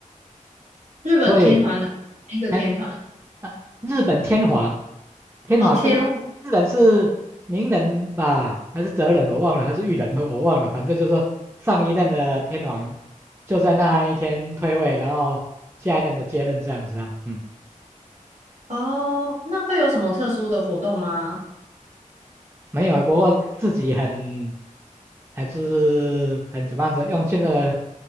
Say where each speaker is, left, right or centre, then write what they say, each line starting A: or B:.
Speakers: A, on the right; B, on the right.
A: 日本天团哪哪一个天团？
B: 所以哎，啊，日本天皇，天皇就是日本是明仁吧，
A: 哦，天火
B: 还是哲仁我忘了，还是裕仁我忘了，反正就是说上一任的天皇就在那一天退位，然后下一任的接任这样子啊，嗯。
A: 哦，那会有什么特殊的活动吗？
B: 没有，不过自己很还是很怎么样子，用现在的